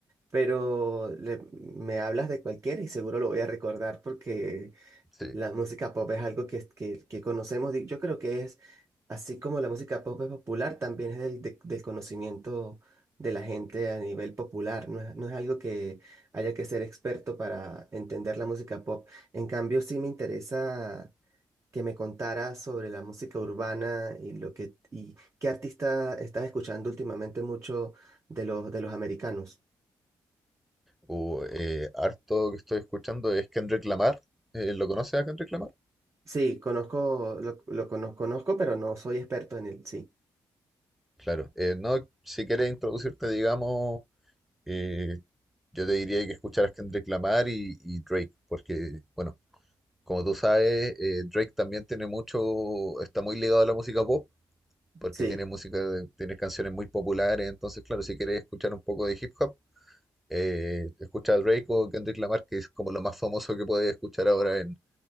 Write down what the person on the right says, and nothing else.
pero le- me hablas de cualquiera y seguro lo voy a recordar porque
la música pop es algo que, que, que conocemos, di- yo creo que es, así como la música pop es popular, también es del, de- del conocimiento de la gente a nivel popular, no es, no es algo que haya que ser experto para entender la música pop. En cambio, sí me interesa que me contara sobre la música urbana y lo que, y qué artista estás escuchando últimamente mucho de los, de los americanos.
Sí, conozco, lo, lo conozco, conozco, pero no soy experto en él, sí,
sí.